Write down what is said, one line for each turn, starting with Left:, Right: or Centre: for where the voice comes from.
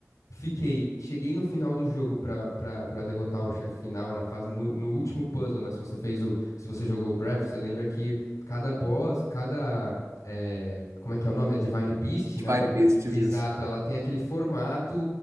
Left: fiquei, cheguei no final do jogo pra, pra, pra derrotar o chefe final na fase, no, no último puzzle, né? Se você fez o, se você jogou o Breath, você lembra que cada boss, cada, eh, como é que é o nome? A Divine Beast,
Right: Divine
Left: né?
Right: Beasts, isso.
Left: Exato, ela tem aquele formato